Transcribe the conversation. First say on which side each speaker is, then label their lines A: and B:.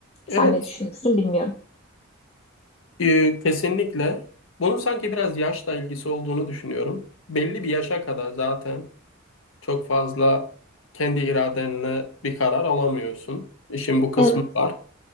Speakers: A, on the left; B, on the left.
A: Evet,
B: Sen ne düşünüyorsun bilmiyorum.
A: e, kesinlikle. Bunun sanki biraz yaşla ilgisi olduğunu düşünüyorum. Belli bir yaşa kadar zaten Çok fazla kendi iradenle bir karar alamıyorsun. İşin bu kısmı
B: Evet.
A: var.